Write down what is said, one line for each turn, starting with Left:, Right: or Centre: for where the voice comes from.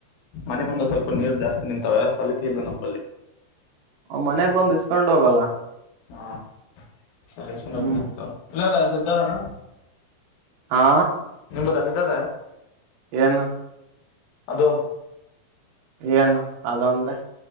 Left: ಮನೆ ಮುಂದ ಸ್ವಲ್ಪ ನೀರು ಜಾಸ್ತಿ ನಿಂತಾವೆ ಸಲಕೆ ಇಲ್ಲ ನಂಬಲ್ಲಿ
Right: ಅವ್ ಮನೆಗ್ ಬಂದು ಇಸ್ಕೊಂಡ್ ಹೋಗಲ್ಲ
Left: ಹಾ ಸರಿ ಇಸ್ಕೊಂಡು
Right: ಹ್ಮ್
Left: ಹೋಗ್ತೀನಿ ತಗೋ ಒಳ್ಳೆದಾಗ್ಬೇಕ್ ಇದರಣ
Right: ಹಾ
Left: ನಿಮ ಅಂದಿದ್ದದ
Right: ಏನು
Left: ಅದು
Right: ಏನು ಅದಂದ್ರೆ